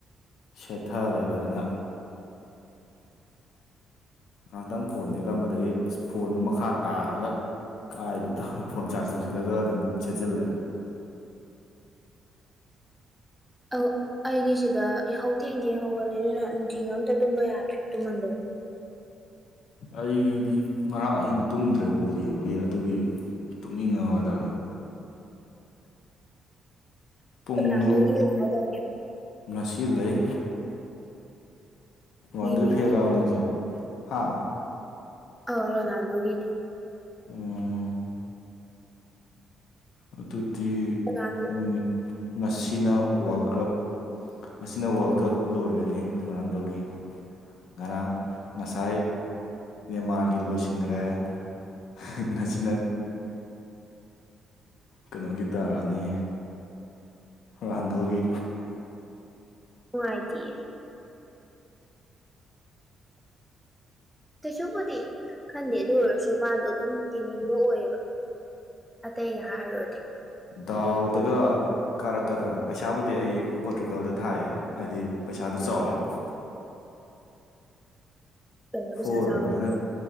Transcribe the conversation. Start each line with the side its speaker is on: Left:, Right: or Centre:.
Left: ꯁꯦꯠꯊꯔꯦ ꯐꯖꯅ ꯉꯍꯥꯛꯇꯪ ꯐꯣꯟ ꯃꯦꯠꯂꯝꯕꯗꯒꯤ ꯑꯁ ꯐꯣꯟꯗꯨ ꯃꯈꯥ ꯇꯥꯔꯒ ꯀꯥꯏꯗꯇ ꯐꯣꯟ ꯆꯥꯔꯖ ꯇꯧꯁꯤꯜꯂꯒ ꯑꯗꯨꯝ ꯁꯦꯠꯆꯤꯜꯂꯦ
Centre: ꯑꯧ ꯑꯩꯗꯤ ꯁꯤꯗ ꯌꯍꯧ ꯊꯦꯡ ꯊꯦꯡ ꯍꯧꯒꯠꯂꯦ ꯑꯗꯨꯅ ꯅꯨꯡꯊꯤꯜꯒ ꯑꯝꯇ ꯇꯨꯝꯕ ꯌꯥꯗ꯭ꯔꯦ ꯇꯨꯝꯃꯟꯗꯅ
Left: ꯑꯩꯗꯤ ꯉꯔꯥꯡ ꯑꯍꯤꯡ ꯇꯨꯝꯗ꯭ꯔꯦ ꯕꯣꯜ ꯌꯦꯡꯕꯒꯤ ꯑꯗꯨꯒꯤ ꯇꯨꯝꯅꯤꯡꯉ ꯍꯥꯏꯇꯥꯔꯦ ꯄꯨꯡꯗꯨ
Centre: ꯅꯥꯟꯗꯣꯒꯤ ꯂꯩꯒ꯭ꯔꯗꯥꯏꯅꯦ <unintelligible>
Left: ꯉꯁꯤ ꯂꯩ ꯔꫭꯅꯥꯟꯗꫭꯏ
Centre: ꯌꯦꯡꯅꯤꯡꯉꯦ
Left: ꯐꯦꯜꯂꯕ
Centre: ꯑꯗꯨꯗꯤ
Left: ꯅꯪꯁꯨ ꯍꯥꯥ
Centre: ꯑꯧ ꯔꯣꯅꯥꯟꯗꫭꯒꯤꯅꯦ
Left: ꯎꯝ ꯑꯗꯨꯗꯤ
Centre: ꯔꯣꯅꯥꯜꯗꯣ
Left: ꯅꯣꯏꯅꯦ ꯉꯁꯤꯅ ꯋꯥꯜ ꯀ꯭ꯔꯞ ꯉꯁꯤꯅ ꯋꯥꯜ ꯀꯞ ꯂꯣꯏꯔꯅꯤ ꯔꯣꯅꯥꯟꯗꯣꯒꯤ ꯉꯔꯥꯡ ꯉꯁꯥꯏ ꯅꯦꯃꯥꯔꯒꯤ ꯂꯣꯏꯁꯤꯟꯒꯔꯦ <unintelligible> ꯉꯁꯤꯅ ꯀꯅꯣꯒꯤ ꯇꯥꯅꯤ ꯔꯥꯑꯥꯟꯗꫭꯒꯤ
Centre: ꯅꯨꯉꯥꯏꯇꯤꯌꯦ ꯀꯩꯁꯨꯕꯨꯗꯤ ꯈꯟꯗꯦ ꯑꯗꯨ ꯑꯣꯏꯔꯁꯨ ꯃꯥꯗꯣ ꯑꯗꯨꯝ ꯌꯦꯡꯅꯤꯡꯕ ꯑꯣꯏꯌꯦꯕ ꯑꯇꯩꯒ ꯍꯥꯏꯔꯨꯔꯗꯤ꯫
Left: ꯗꯥꯎꯗꯒ ꯀꯥꯔꯛꯀꯗ꯭ꯔꯥ ꯄꯩꯁꯥꯕꯨꯗꯤ ꯑꯩ ꯄꯣꯔꯇꯨꯒꯥꯜꯗ ꯊꯥꯏꯌꯦꯕ ꯍꯥꯏꯗꯤ ꯄꯩꯁꯥꯗꯨ ꯆꯥꯎꯋꯦꯕ꯫
Centre: <inaudible> ꯄꯩꯁꯥ
Left: ꯐꯣꯔ
Centre: ꯆꯥꯎꯋꯦꯗꯣ
Left: ꯑꯗꯨꯃꯥꯏꯅ꯫